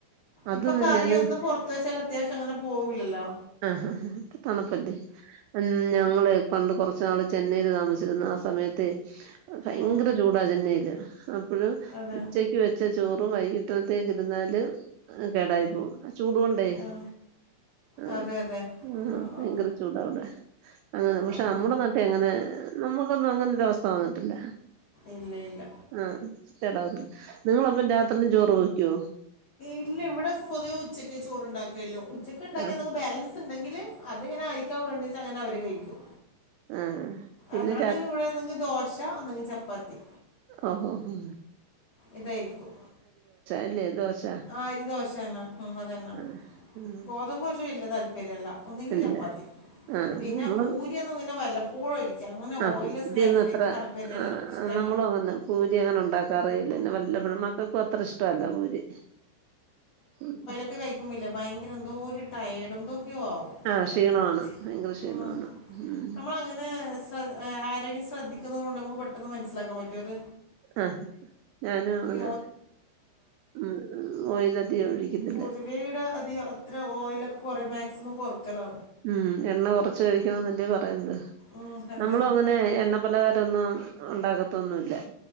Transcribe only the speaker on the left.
ഇപ്പൊ കറിയൊന്നും
പുറത്ത് വെച്ചാൽ അത്യാവശ്യം അങ്ങനെ പോവൂല്ലല്ലോ
ഉം
അതെ
ആ
അതെ അതെ
ആ ആ
ആ
ആ
ഇല്ല ഇല്ല
ഇല്ല ഇവിടെ പൊതുവെ ഉച്ചക്കേ ചോറുണ്ടാക്കലൊള്ളു ഉച്ചക്ക് ഉണ്ടാക്കിയയത്
ബാലൻസ് ഉണ്ടെങ്കില് അതിങ്ങനെ ആർക്കാ വേണ്ടേച്ചാ അങ്ങനെ അവര് കഴിക്കും
അല്ലാണ്ട്
ഇവിടെ ഒന്നെങ്കിൽ ദോശ ഒന്നെങ്കിൽ ചപ്പാത്തി
ഇതായിരിക്കും
ആഹ് അരി ദോശ തന്നാ ഉ അതന്നാ
ഗോതമ്പ് ദോശ വല്യ താല്പര്യവല്ല ഒന്നെങ്കില്
ചപ്പാത്തി
പിന്നെ
പൂരി യൊക്കെ പിന്നെ വല്ലപ്പോഴും ഒരിക്കൽ അങ്ങനെ
ഓയിലി
സ്നാക്സ്
വലിയ താല്പര്യല്ല
ഇഷ്ടല്ല
ക്കെ കഴിക്കുമ്പോ ഇല്ലേ ഭയങ്കര എന്തോ ഒരു ടയേർഡ് എന്തോ ക്കും ആവും
ആ ഷീണം
ആവും
ഉം
നമ്മൾ അങ്ങെനെ ആരോഗ്യം ശ്രദ്ധിക്കുന്നത് കൊണ്ട് നമുക്ക് പെട്ടെന്ന് മനസ്സിലാക്കാൻ പറ്റും അത്
ഈ
പൊതുവെ ഇവിടെ അതി അത്ര ഓയിലൊക്കെ കൊറ മാക്സിമം കൊറക്കലാ
ഉം അതെ